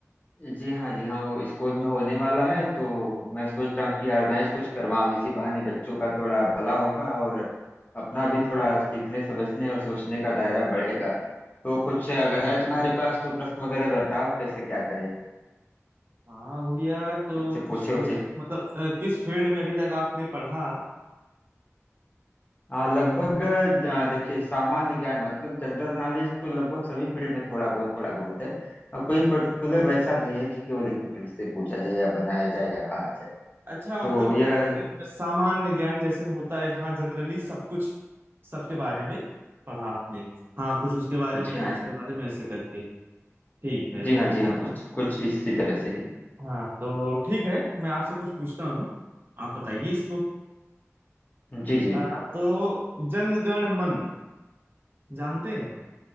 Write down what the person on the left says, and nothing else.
जी हाँ जी हाँ वो स्कूल में होने वाला है तो मैं सोच रहा हूँ कि ऑर्गेनाइज कुछ करवाऊँ इसी बहाने बच्चों का थोड़ा भला होगा और अपना भी थोड़ा सीखने समझने और सोचने का दायरा बढ़ेगा तो कुछ अगर है तुम्हारे पास तो प्रश्न वगैरह बताओ कैसे क्या करें
कुछ
पूछे
उछे।
हाँ लगभग अ, देखिए सामान्य ज्ञान मतलब जनरल नॉलेज तो लगभग सभी फील्ड में थोड़ा बहुत थोड़ा बहुत है और कोई पर्टिकुलर वैसा नहीं है कि केवल एक ही फील्ड से पूछा जाए या बनाया जाए या कहा जाए
तो
यह
जी
हाँ
जी हाँ जी हाँ कुछ कुछ इसी तरह से ही
जी जी